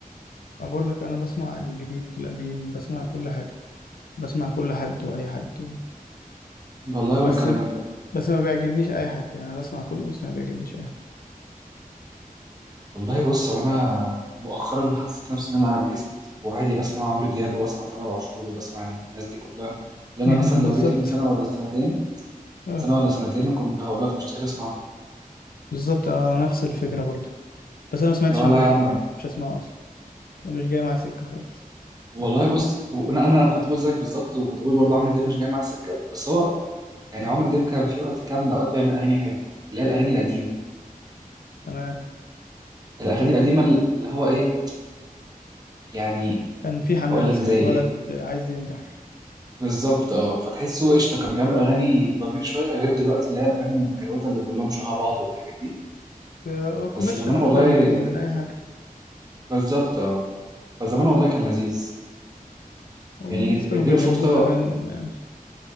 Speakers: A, on the left (about 80°); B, on the right (about 25°).
A: أنا بقول لك انا بسمع الجديد القديم بسمع كل حاجة بسمع كل حد واي حد و...
B: والله
A: بس
B: وانا كمان برضه
A: بس ما بيعجبنيش اي حد يعني انا بسمع كله بس ما بيعجبنيش اي حد
B: والله بص هو انا مؤخرا حسيت نفسي ان انا عجزت وعادي بسمع عمرو دياب وبسمع تامر عاشور وبسمع الناس دي كلها اللي
A: <laughs>
B: انا مثلا
A: بالظبط
B: لو جيت لي من سنة ولا سنتين
A: اه
B: سنة ولا سنتين كنت هقول لك مستحيل اسمعه
A: بالظبط اه نفس الفكره برضو بس انا ما سمعتش
B: لا
A: عمرو
B: لا يا
A: دياب
B: عم
A: يعني مش هسمعه اصلا ده مش جاي معايا سكه خالص
B: والله بص وانا انا كنت بقول زيك بالظبط وكنت بقول برضه عمرو دياب مش جاي معاه سكه بس هو يعني عمرو دياب كان في وقت كان اوقات بيعمل اغاني حلوه اللي هي الاغاني القديمه
A: تمام
B: الاغاني القديمه اللي هو ايه يعني
A: كان في حماس
B: هقول لك زي
A: كان الولد
B: ايه
A: عايز ينجح
B: بالظبط اه فتحسه قشطه كان بيعمل اغاني بضمير شويه غير دلوقتي اللي هي الاغاني المتكروته اللي كلهم شبه بعض والحاجات دي
A: آه، كوميرشال
B: بس زمان
A: اكتر
B: والله
A: من من اي حاجه
B: بالظبط اه فزمان والله كان لذيذ
A: هم
B: يعني
A: الناس كانوا
B: اديله
A: بيحبوه
B: فرصه
A: زمان يعني